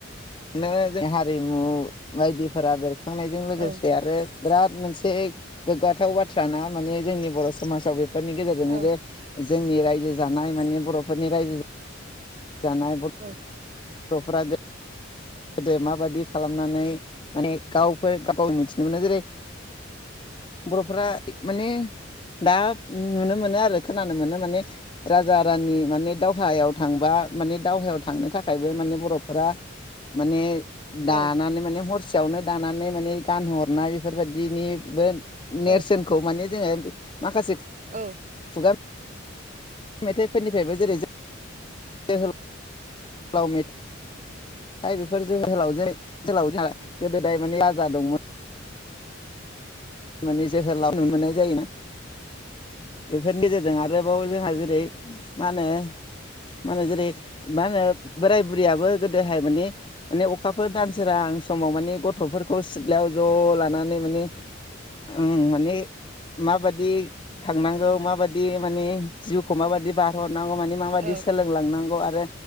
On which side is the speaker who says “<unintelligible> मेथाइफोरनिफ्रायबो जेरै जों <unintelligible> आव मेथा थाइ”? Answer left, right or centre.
Left